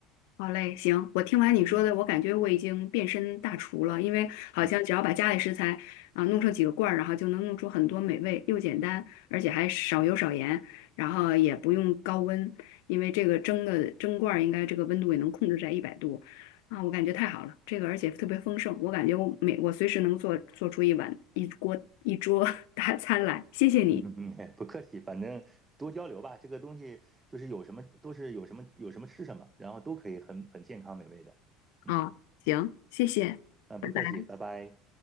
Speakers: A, on the left (about 75°); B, on the right (about 15°).
A: 好嘞，行，我听完你说的，
B: 嗯
A: 我感觉我已经变身大厨了，因为好像只要把家里食材啊、
B: 嗯
A: 弄成几个罐儿，然后就能弄出很多美味，又简单，而且还少油少盐，然后也不用高温，因为这个蒸的蒸罐儿应该这个温度也能控制在一百度啊，我感觉太好了，这个而且特别丰盛，我感觉我每我随时能做做出一碗一锅一桌 <laughs> 大餐来，谢谢你
B: 嗯嗯，嗯 <laughs> 不客气，反正多交流吧，这个东西就是有什么都是有什么有什么吃什么，然后都可以很很健康美味的。嗯，
A: 啊，行，谢谢。
B: 啊，
A: 拜拜。
B: 不客气，拜拜。